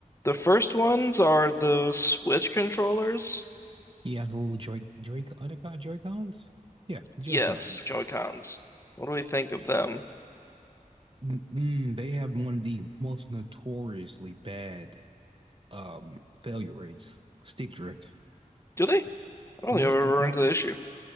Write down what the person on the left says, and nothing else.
The first ones are the Switch controllers.
Yes, Joy-Cons. What do we think of them?
Do they? I don't
think I've ever
run
into the issue.